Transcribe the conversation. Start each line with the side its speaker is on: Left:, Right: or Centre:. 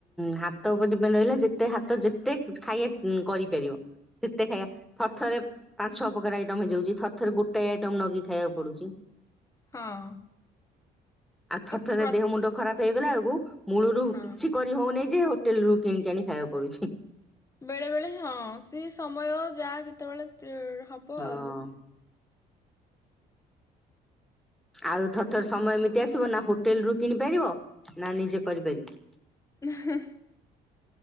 Centre: ହାତ ଉପରେ ଡିପେଣ୍ଡ ରହିଲା ଯେତେ ହାତ ଯେତେ ଖାଇବା କରିପାରିବ। ସେତେ ଖାଇବା ଥରଥରେ ପାଞ୍ଚ ଛଅ ପ୍ରକାର ଆଇଟମ ହେଇଯାଉଚି, ଥରେ ଥରେ ଗୋଟା ଆଇଟମ ନଗି ଖାଇବାକୁ ପଡୁଚି।
Left: ହଁ।
Centre: ଆଉ ଥର
Left: ତ
Centre: ଥରେ
Left: ପ୍ର
Centre: ଦେହ ମୁଣ୍ଡ ଖରାପ ହେଇଗଲା ବେଳକୁ ମୂଳୁରୁ
Left: ହଁ
Centre: କିଛି ହଉନିଁ ଯେ ହୋଟେଲ ରୁ କିଣି ଆଣି ଖାଇବା ପଡୁଚି।
Left: ବେଳେ ବେଳେ ହଁ ସେ ସମୟ ଯା ଯେତେବେଳେ ହବ
Centre: ହଁ
Left: ଆଉ।
Centre: ଆଉ ଥର ଥର ସମୟ ଏମିତି ଆସିବ ନା ହୋଟେଲ ରୁ କିଣିପାରିବ, ନା ନିଜେ କରିପାରିବ।
Left: <unintelligible>